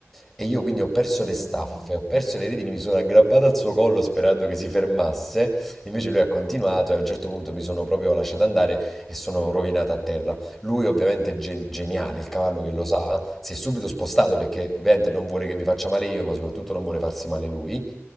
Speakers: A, in the centre; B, on the right (about 25°).
A: e io quindi ho perso
B: Mm,
A: le staffe,
B: mm.
A: ho perso le redini, mi sono aggrappato al suo collo sperando che si fermasse, invece lui ha continuato e a un certo punto mi sono proprio lasciato andare e sono rovinato a terra. Lui ovviamente è gen- geniale, il cavallo che
B: mm.
A: lo sa, si è subito spostato perché ovviamente non vuole che mi faccia male io, ma soprattutto non vuole farsi male lui.